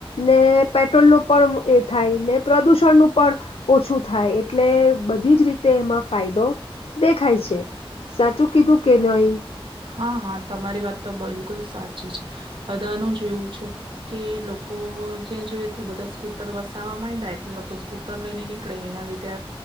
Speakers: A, on the left; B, on the right.
A: ને પેટ્રોલ નું પણ એ થાય ને પ્રદુષણ નું પણ ઓછું થાય એટલે બધી જ રીતે એમાં ફાયદો દેખાય છે સાચું કીધું કે નહી
B: હા હા તમારી વાત તો બિલકુલ સાચી છે બધાનું જ એવું છે કે લોકો જ્યા જોઈ બધા સ્કૂટર વસવા માંય ડાય લોકો સ્કુટર લઈને એના લીધે